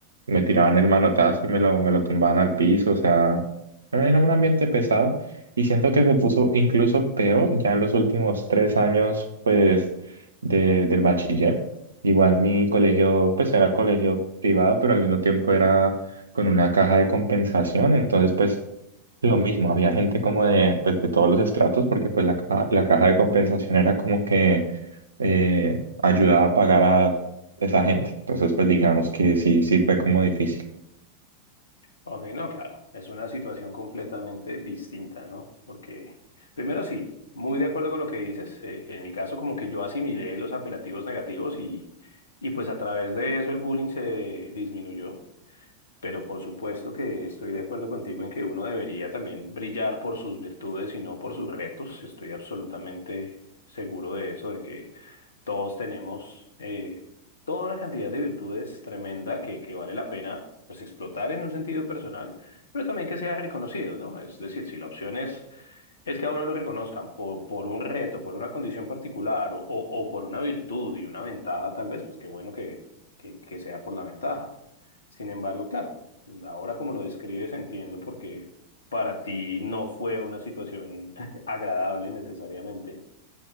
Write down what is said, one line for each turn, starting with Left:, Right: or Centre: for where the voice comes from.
Right: me tiraban el manotazo y me lo, me lo tumbaban al piso. O sea, bueno, era un ambiente pesado y siento que se puso incluso peor ya en los últimos tres años, pues, de- del bachiller. Igual mi colegio, pues era colegio privado, pero al mismo tiempo era con una caja de compensación. Entonces, pues lo mismo, había gente como de, pues, de todos los estratos, porque pues la caja, la caja de compensación era como que eh, ayudaba a pagar a esa gente. Entonces, pues digamos que sí, sí fue como difícil.
Left: Ok, no, claro, es una situación completamente distinta, ¿no? Porque, primero sí, muy de acuerdo con lo que dices, eh, en mi caso como que yo asimilé los apelativos negativos y, y pues a través de eso el bullying se disminuyó, pero por supuesto que estoy de acuerdo contigo en que uno debería también brillar por sus virtudes y no por sus retos, estoy absolutamente seguro de eso, de que todos tenemos eh, toda una cantidad de virtudes tremenda que, que vale la pena pues explotar en un sentido personal, pero también que sea reconocido, ¿no? Es decir, si la opción es, es que a uno lo reconozcan por, por un reto, por una condición particular o, o, o por una virtud y una ventaja, tal vez, pues qué bueno que, que, que sea por la ventaja. Sin embargo, claro, ahora como lo describes entiendo porque para ti no fue una situación <laughs> agradable necesariamente.